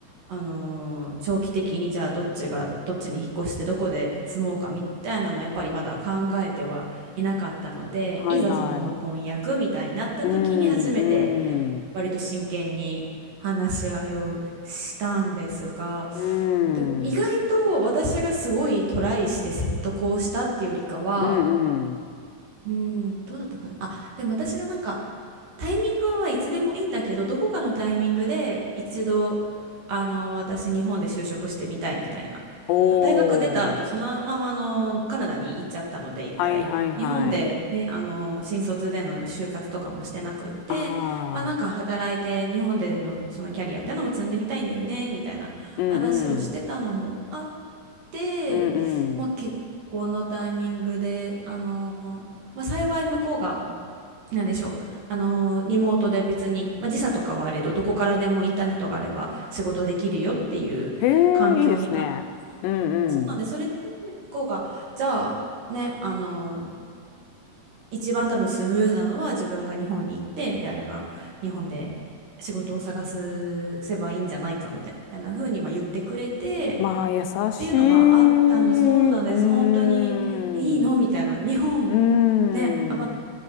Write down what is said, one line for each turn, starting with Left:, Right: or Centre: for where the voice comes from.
Right: あのー長期的にじゃあどっちがどっちに引っ越してどこで住もうかみたいなのはやっぱりまだ考えてはいなかったのでいざそのまあ婚約みたいになった時に初めて
Left: はいはい。うん。うん。
Right: 割と真剣に話し合いをしたんですが、
Left: うん。
Right: でも意外と私がすごいトライして説得をしたっていうよりかは、
Left: うんうん。
Right: うん、どうだったかな。あ、でも私がなんかタイミングはまあいつでもいいんだけど、どこかのタイミングで一度、あの、私日本で就職してみたいみたいな。
Left: おお
Right: 大学出た後、そのままあの、カナダに行っちゃったので、一回。
Left: はいはいはい。
Right: 日本でね、あの、新卒での就活とかもしてなくって、
Left: ああ。
Right: まあなんか働いて日本でのそのキャリアってのも積んでみたいんだよね、みたいな話をしてたのもあっ
Left: うんうん。
Right: て、
Left: うんうん。
Right: まあ結婚のタイミングで、あの、まあ幸い向こうが、なんでしょう。あのー、リモートで別に、まあ、時差とかはあれど、どこからでもインターネットがあれば仕事できるよっていう環境に、
Left: へえ、いいですね。
Right: あ、あ
Left: うんうん。
Right: のそうなんで、それで、向こうが、じゃあ、ね、あのー一番多分スムーズなのは自分が日本に行って、で、あやが日本で仕事を探すせばいいんじゃないかみたいな風にまあ言ってくれて、
Left: まあ、優しい。
Right: っていうのがあったんで、そうなんです。
Left: うーん。
Right: 本当に、えいいのみたいな。
Left: う
Right: 日本、
Left: ーん。
Right: ね、あ、まあ